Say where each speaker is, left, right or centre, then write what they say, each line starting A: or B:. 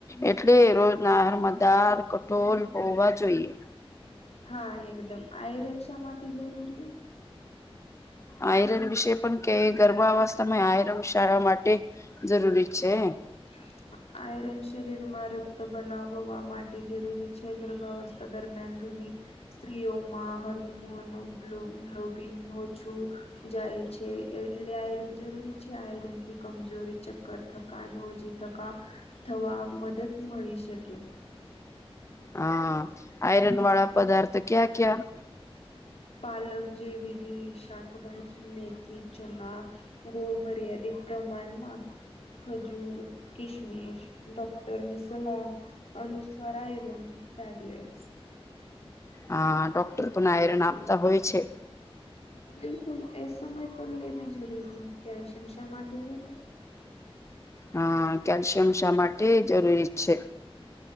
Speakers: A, on the left; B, on the left.
A: એટલે રોજ નારમદાર કઠોળ હોવા જોઈએ.
B: હા, એકદમ આયરન શા માટે જરૂરી.
A: આયરન વિશે પણ કે, ગર્ભા અવસ્થામાં આયરન શાળા માટે. જરૂરી છે.
B: હ. આયરન શરીરમાં રક્ત બનાવવા માટે જરૂરી છે, ગર્ભાવસ્થા દરમિયાન ઘણી સ્ત્રીઓમાં હર્મોનો, ગ્લોબિન ઓછું. જાય છે, એટલે આયરન જરૂરી છે, આયરન થી કમજોરી ચક્કર થકાનું. ટકા થવા મદદ મળી શકે.
A: હા, આયરન વાળા પદાર્થ ક્યા ક્યા?
B: પલક જેવી, શાકભાજી, મેથી, ચના. ગોળ મર્યાદિત પ્રમાણમાં. ખજૂર, કિશમિશ, ડોક્ટરનીસલા. અનુસ્વાર એઇરોન, ટેબલેટ.
A: હ, ડોક્ટર પણ એરન આપતા હોય છે.
B: બિલકુલ, એ સમય પર લેવી જરૂરી, કેલ્શિયમ શા માટે જરૂરી?
A: હા, કેલ્શિયમ શા માટે જરૂરી છે?